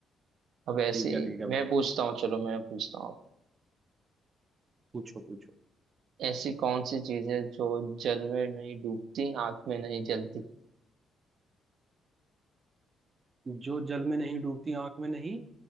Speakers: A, on the right; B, on the right.
A: अब ऐसी
B: ठीक है ठीक है
A: मैं
B: भाई
A: पूछता हूँ चलो मैं पूछता हूँ
B: पूछो पूछो
A: ऐसी कौन सी चीज है जो जल में नहीं डूबती आंख में नहीं जलती
B: जो जल में नहीं डूबती आंख में नहीं